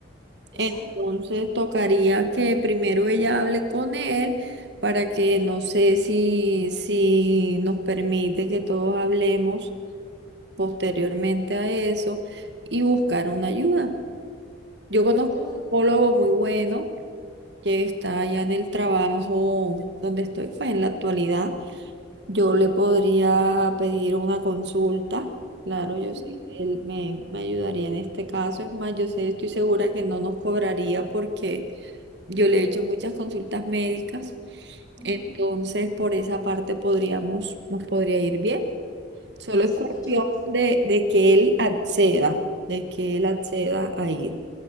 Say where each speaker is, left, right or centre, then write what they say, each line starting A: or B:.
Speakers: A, on the right; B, on the left.
A: Entonces
B: Exacto.
A: tocaría que primero ella hable con él para que no sé si, si nos permite que todos hablemos posteriormente a eso y buscar una ayuda. Yo conozco
B: Yo creo...
A: un psicólogo muy bueno que está allá en el trabajo donde estoy, pues en la actualidad. Yo le podría pedir una consulta, claro, yo
B: Ujú,
A: sé que él me, me ayudaría en este caso, es más, yo sé, estoy segura que no nos cobraría porque yo le he hecho muchas consultas médicas,
B: ujú.
A: entonces por esa parte podríamos, nos podría ir bien. Solo
B: Sí,
A: es cuestión
B: pues yo,
A: de, de que él acceda, de que él acceda a ir.